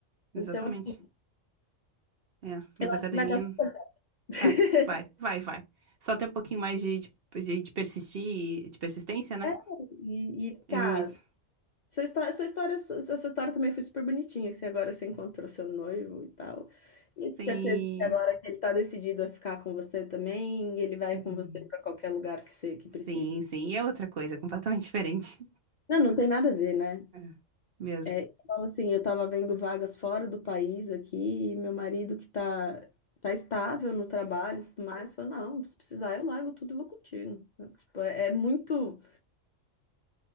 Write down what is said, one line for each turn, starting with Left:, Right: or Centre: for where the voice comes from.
Right: Exatamente.
Left: Então, assim,
Right: É. Mas
Left: eu
Right: a academia.
Left: acho que vai dar super certo. <laughs>
Right: Vai, vai, vai, vai. Só ter um pouquinho mais de, de, de de persistir, de persistência, né?
Left: É, E, e cara,
Right: É mesmo isso.
Left: sua história, sua história, sua, sua história também foi super bonitinha, que você agora você encontrou seu noivo e tal. E eu tenho
Right: Sim,
Left: certeza que agora que ele tá decidido a ficar com você também, ele vai
Right: sim,
Left: com você para qualquer lugar que você que precise.
Right: sim, sim. E é outra coisa, completamente <laughs> diferente.
Left: Não, não tem nada a ver, né?
Right: É, mesmo.
Left: É, eu assim, eu estava vendo vagas fora do país aqui, e meu marido que tá, tá estável no trabalho e tudo mais, falou, não, se precisar eu largo tudo e vou contigo. Tipo, é, é muito,